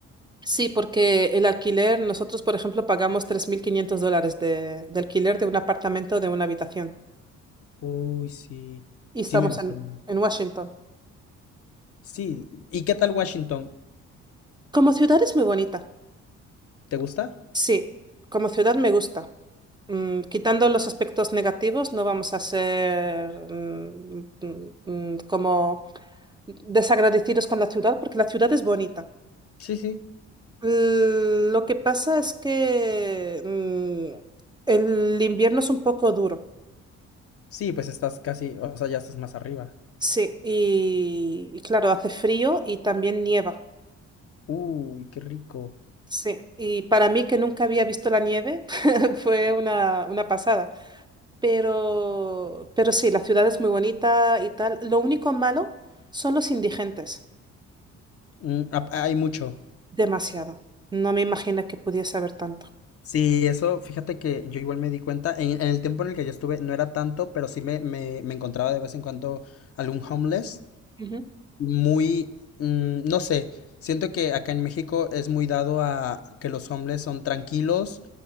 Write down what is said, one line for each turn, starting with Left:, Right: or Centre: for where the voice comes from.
Right: Sí, porque el alquiler, nosotros, por ejemplo, pagamos 3.500 dólares de, de alquiler de un apartamento de una habitación.
Left: Uy, sí.
Right: Y
Left: Sí,
Right: estamos
Left: me imagino.
Right: en, en Washington.
Left: Sí. ¿Y qué tal Washington?
Right: Como ciudad es muy bonita.
Left: ¿Te gusta?
Right: Sí, como ciudad me gusta. Mm, quitando los aspectos negativos, no vamos a ser mm, mm, mm, como desagradecidos con la ciudad, porque la ciudad es bonita.
Left: Sí, sí.
Right: L- Lo que pasa es que mm, el invierno es un poco duro.
Left: Sí, pues estás casi, o sea, ya estás más arriba.
Right: Sí, y, y claro, hace frío y también nieva.
Left: Uy, qué rico.
Right: Sí, y para mí que nunca había visto la nieve <laughs> fue una, una pasada. Pero, pero sí, la ciudad es muy bonita y tal. Lo único malo son los indigentes.
Left: Mm, ap- hay mucho.
Right: Demasiado. No me imagino que pudiese haber tanto.
Left: Sí, eso, fíjate que yo igual me di cuenta, en, en el tiempo en el que yo estuve no era tanto, pero sí me, me, me encontraba de vez en cuando algún homeless,
Right: Ujú.
Left: muy, mm, no sé, siento que acá en México es muy dado a que los homeless son tranquilos,